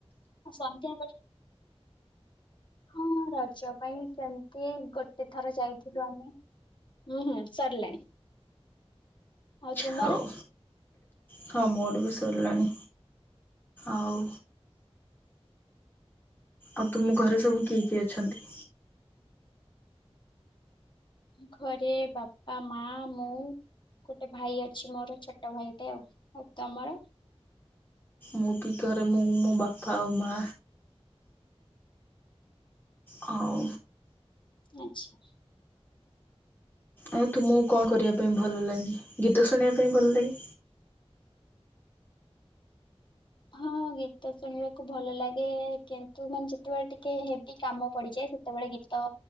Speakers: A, on the left; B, on the left.
A: ସନ୍ଦ୍ୟା ବେଳେ ହଁ ରଜ ପାଇଁ ସେମିତି ଗ ତେଥର ଯାଇଥିଲୁ ଆମେ ହୁଁ ହୁଁ ସରିଲାଣି। ଆଉ ତୁମର?
B: ହୋଉ। ହଁ ମୋରବି ସରିଲାଣି ଆଉ ଆଉ ତୁମ ଘରେ ସବୁ କି କିଏ କିଏଅଛନ୍ତି?
A: ଘରେ ବାପା ମା ମୁଁ ଗୋଟେ ଭାଇ ଅଛି ମୋର ଛୋଟ ଭାଇଟେ ଆଉ ତମର
B: ମୁଁ ବି ଘରେ ମୁଁ ମୋ ବାପା ଆଉ ମା ହଉ।
A: ଆଛା
B: ଆଉ ତୁମକୁ କଣ କରିବା ପାଇଁ ଭଲ ଲାଗେ ଗୀତ ଶୁଣିବା ପାଇଁ ଭଲ ଲାଗେ
A: ହଁ ଗୀତ ଶୁଣିବାକୁ ଭଲ ଲାଗେ କିନ୍ତୁ ମାନେ ଯେତେବେଳେ ଟିକେ ହେବି କାମ ପଡିଯାଏ ସେତେବେଳେ ଗୀତ